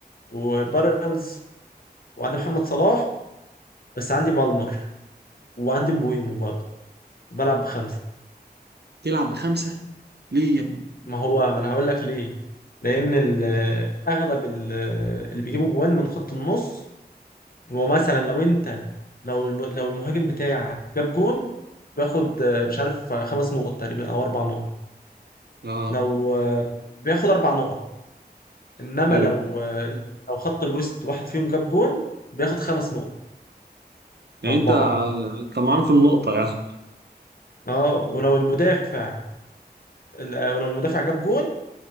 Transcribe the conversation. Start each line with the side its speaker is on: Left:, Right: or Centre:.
Left: وبارنز وعندي محمد صلاح بس عندي بالمر وعندي مبويمو برضه بلعب بخمسه
Right: تلعب بخمسة ليه يا ابني
Left: ما هو ما انا هقول لك ليه لان ال-
Right: مم.
Left: اغلب ال- اللي بيجيبوا جوان من خط النص ومثلا لو انت لو الم- لو المهاجم بتاعك جاب جون بياخد آه، مش عارف آه، خمس نقط تقريبا او اربع نقط
Right: اه
Left: لو آه، بياخد اربع نقط انما
Right: حلو
Left: لو آه، لو خط الوسط واحد فيهم جاب جون بياخد خمس نقط
Right: يعني
Left: فاربعه
Right: انت انت معانا في النقطة يعني
Left: اه ولو المدافع ال- ولو المدافع جاب جون